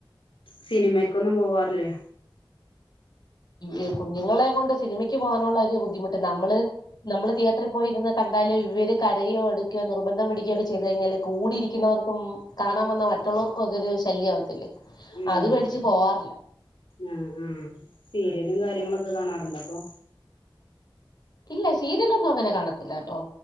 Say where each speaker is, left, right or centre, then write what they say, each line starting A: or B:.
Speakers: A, on the left (about 80°); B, on the left (about 50°).
A: സിനിമക്കൊന്നും പോവാറില്ലേ
B: ഈ കുഞ്ഞുങ്ങളെ കൊണ്ട് സിനിമയ്ക്ക് പോകാനുള്ള ബുദ്ധിമുട്ട് നമ്മള് നമ്മള് തിയേറ്ററിൽ പോയിരുന്ന് കണ്ടാലോ ഇവര് കരയോ എടുക്കു നിർബന്ധം പിടിക്കുകയൊക്കെ ചെയ്ത് കഴിഞ്ഞാല് കൂടിയിരിക്കുന്നവർക്കും കാണാൻ വന്ന മറ്റുള്ളവർക്കും അതൊരു ശല്യമാവത്തില്ലേ
A: ഉം
B: അത് പേടിച്ച് പോവാറില്ല
A: ആഹ് ആഹ് സീരിയലും കാര്യങ്ങളൊക്കെ കാണാറുണ്ടോ അപ്പൊ
B: ഇല്ല സീരിയലൊന്നും അങ്ങനെ കാണത്തില്ല കേട്ടോ